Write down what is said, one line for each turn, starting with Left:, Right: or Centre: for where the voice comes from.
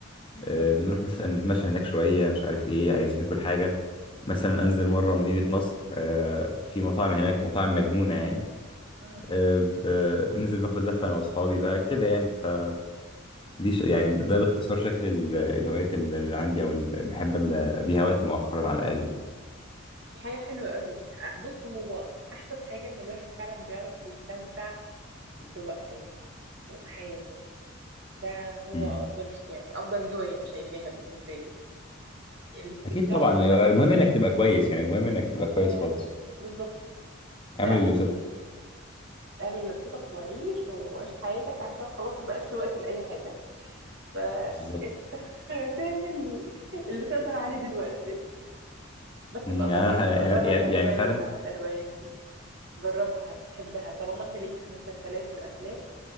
Left: آه،
Right: مم.
Left: بنروح مثلا نتمشى هناك شويه مش عارف ايه عايز ناكل حاجه مثلا انزل مره مدينه نصر آه، في مطاعم هناك مطاعم مجنونه يعني
Right: مم.
Left: آه، ب- بننزل باخد لفه انا واصحابي بقى كده يعني فدي ش... يعني ده باختصار شكل ال- الهوايات اللي عندي او اللي بحب املى بيها وقتي مؤخرا على الاقل
Right: دي حاجه حلوه قوي ع- بص هو احسن حاجه ان الواحد فعلا بيعرف يستمتع بوقته وبحياته ده هو
Left: يعني
Right: افضل يعني افضل هوايه انا شايفاها بالنسبه لي الاستمتاع
Left: اكيد طبعا
Right: بالوقت
Left: المهم
Right: وبالحياه
Left: انك تبقى كويس يعني المهم انك تبقى كويس
Right: بس
Left: خلاص
Right: بالظبط ده
Left: اعمل
Right: اهم
Left: اللي بسطك
Right: شيء اعمل لبستك وعيش وعيش حياتك عشان خلاص ما بقاش في وقت لاي حاجه فانت
Left: بالظبط
Right: <laughs> تعمل اللي تقدر عليه دلوقتي بس
Left: أمم،
Right: ابقى
Left: يعني
Right: جرب
Left: انا ح-
Right: ابقى جرب موضوع
Left: يعني فعلا
Right: ال- الروايات دي جربها هتحبها طالما انت ليك في المسلسلات والافلام